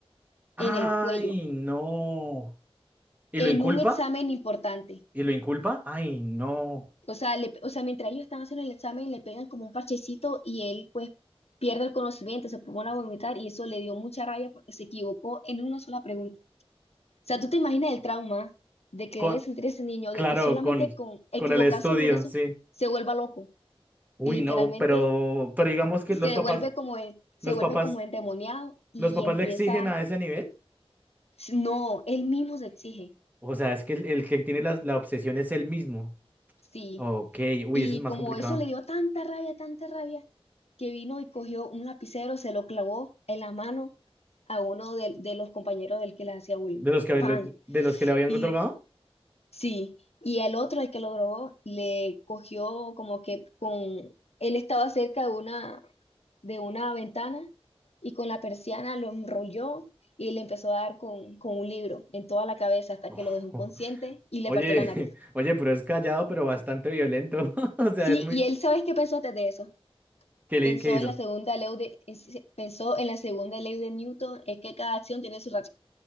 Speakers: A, on the right; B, on the left.
A: Ay,
B: en el cuello,
A: no. ¿Y
B: en
A: lo inculpa?
B: un examen importante.
A: ¿Y lo inculpa? Ay, no.
B: O sea, le- o sea, mientras ellos están haciendo el examen, le pegan como un parchecito y él pues pierde el conocimiento, se pone a vomitar y eso le dio mucha rabia porque se equivocó en una sola pregunta. O sea, ¿tú te imaginas el trauma de que
A: Con-
B: debe sentir ese niño,
A: claro,
B: de que solamente
A: con,
B: con equivocarse
A: con el estudio,
B: con una se,
A: sí.
B: se vuelva loco
A: Uy,
B: y literalmente
A: no, pero, pero digamos que
B: se
A: los papás,
B: vuelve como, en- se
A: los
B: vuelve
A: papás,
B: como endemoniado y
A: los papás
B: empieza,
A: le exigen a ese nivel.
B: no, él mismo se exige,
A: O sea, es que el, el que tiene las- la, obsesión es él mismo.
B: sí.
A: Ok, uy,
B: Y
A: eso es más
B: como
A: complicado.
B: eso le dio tanta rabia, tanta rabia, que vino y cogió un lapicero, se lo clavó en la mano a uno de, de los compañeros del que le hacía bullying.
A: ¿De los que,
B: pan
A: los- de los que le habían
B: Y
A: drogado?
B: sí, y el otro, el que lo drogó, le cogió como que con, él estaba cerca de una, de una ventana y con la persiana lo enrolló y le empezó a dar con, con un libro en toda la cabeza hasta
A: Ojo.
B: que lo dejó inconsciente y le
A: Oye,
B: partió la nariz.
A: <laughs> oye, pero es callado, pero bastante violento. <laughs> O sea,
B: Sí,
A: es muy...
B: y él, ¿sabes qué pensó antes de eso?
A: ¿Qué, le,
B: Pensó
A: qué hizo?
B: en la segunda ley de, es- pensó en la segunda ley de Newton, es que cada acción tiene su reacción.